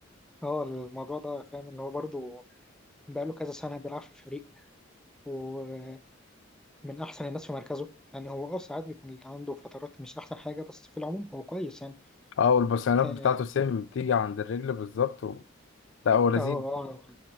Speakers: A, in the centre; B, on the left (about 70°).
A: اه الموضوع ده فاهم اللي هو برضه بقاله كذا سنة بيلعب في الفريق ومن أحسن الناس في مركزه يعني هو اه ساعات بيكون عنده فترات مش أحسن حاجة بس في العموم هو كويس يعني
B: اه والبصيانات
A: آه،
B: بتاعته سيم بتيجي عند الرجل بالظبط و... لا هو لذيذ
A: اه